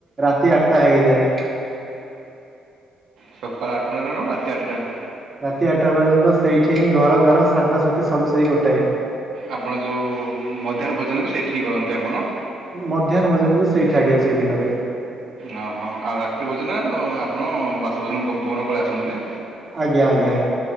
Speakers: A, on the right; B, on the right.
A: ରାତି ଆଟଟା ହେଇଯାଏ।
B: ସକାଳ ଆଠଟାଟାରୁ ରାତି ଆଠଟା।
A: ରାତି ଆଠଟା ପର୍ଯ୍ୟନ୍ତ ସେଇଠି ହିଁ ଘର ଦ୍ୱାର ସାଙ୍ଗସାଥି ସବୁ ସେହି ଗୋଟାଏ।
B: ଆପଣ ଯୋଉ ମଧ୍ୟାହ୍ନ ଭୋଜନ ବି ସେଇଠି ହିଁ କରନ୍ତି ଆପଣ?
A: ମଧ୍ୟାହ୍ନ ଭୋଜନ ବି ସେଇଠି ଆଜ୍ଞା ସେଇଠିି କରେ।
B: ଓ ହଁ ଆଉ ରାତ୍ରି ଭୋଜନ ଆଉ ଆପଣ ବାସ ଭ ଭବନ ପଳେଇ ଆସନ୍ତି?
A: ଆଜ୍ଞା ଆଜ୍ଞା।